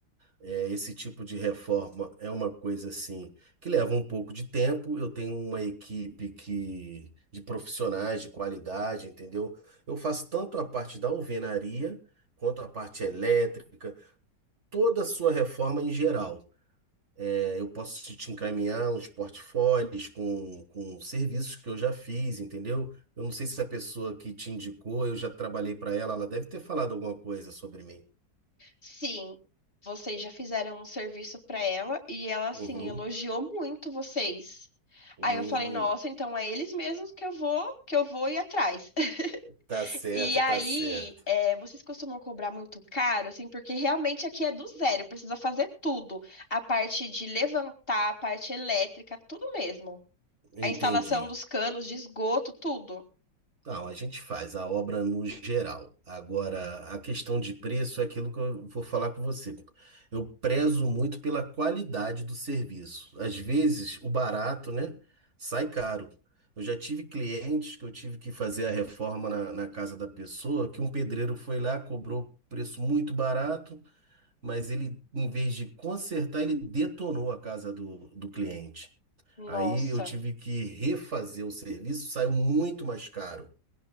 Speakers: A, on the right; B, on the left.
A: É, esse tipo de reforma é uma coisa assim que leva um pouco de tempo. Eu tenho uma equipe que de profissionais de qualidade, entendeu? Eu faço tanto a parte da alvenaria quanto a parte elétrica, toda a sua reforma em geral. É, eu posso te te encaminhar uns portfólios com, com serviços que eu já fiz, entendeu? Eu não sei se a pessoa que te indicou, eu já trabalhei para ela, ela deve ter falado alguma coisa sobre mim.
B: Sim, vocês já fizeram um serviço pra ela e ela, assim,
A: Uhum.
B: elogiou muito vocês.
A: Hum,
B: Aí eu falei, nossa, então é eles mesmos que eu vou, que eu vou ir atrás. <laughs>
A: tá certo,
B: E aí,
A: tá certo.
B: é, vocês costumam cobrar muito caro, assim, porque realmente aqui é do zero, precisa fazer tudo. A parte de levantar, a parte elétrica, tudo mesmo. A
A: Entendi.
B: instalação dos canos de esgoto, tudo.
A: Não, a gente faz a obra no geral. Agora, a questão de preço é aquilo que eu vou falar com você. Eu prezo muito pela qualidade do serviço. Às vezes, o barato, né, sai caro. Eu já tive clientes que eu tive que fazer a reforma na, na casa da pessoa, que um pedreiro foi lá, cobrou preço muito barato, mas ele, em vez de consertar, ele detonou a casa do, do cliente.
B: Nossa,
A: Aí eu tive que refazer o serviço, saiu muito mais caro.